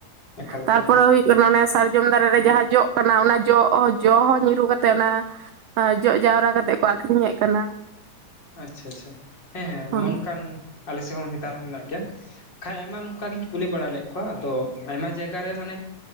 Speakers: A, on the left; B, on the right.
A: ᱮᱠᱟᱞ ᱮᱠᱟᱞ
B: ᱛᱟᱨᱯᱚᱨᱮ ᱦᱩᱭᱩᱜ ᱠᱟᱱᱟ ᱚᱱᱮ ᱥᱟᱨᱡᱚᱢ ᱫᱟᱨᱮ ᱨᱮ ᱡᱟᱦᱟᱸ ᱡᱚᱜ ᱠᱟᱱᱟ ᱚᱱᱟ ᱡᱚ ᱡᱚ ᱦᱚᱸ ᱧᱤᱨᱩᱨᱩ ᱠᱟᱛᱮᱜ ᱚᱱᱟ ᱡᱚᱜ ᱡᱟᱣᱨᱟ ᱠᱟᱛᱮᱫ ᱠᱚ ᱟᱠᱷᱨᱤᱧᱮᱫ ᱠᱟᱱᱟ᱾
A: ᱟᱪᱪᱷᱟ ᱟᱪᱪᱷᱟ ᱦᱮᱸ ᱦᱮᱸ
B: ᱦᱳᱭ
A: ᱱᱚᱜᱼ ᱱᱚᱝᱠᱟᱱ ᱟᱞᱮ ᱥᱮᱫ ᱦᱚᱸ ᱱᱮᱛᱟᱨ ᱦᱚᱸ ᱢᱮᱱᱟᱜ ᱜᱮᱭᱟ᱾ ᱠᱷᱟᱡ ᱟᱭᱢᱟ ᱱᱚᱝᱠᱟ ᱜᱤᱧ ᱠᱩᱞᱤ ᱵᱟᱲᱟ ᱞᱮᱫ ᱠᱚᱣᱟ ᱟᱫᱚ ᱟᱭᱢᱟ ᱡᱟᱭᱜᱟ ᱨᱮ ᱢᱟᱱᱮ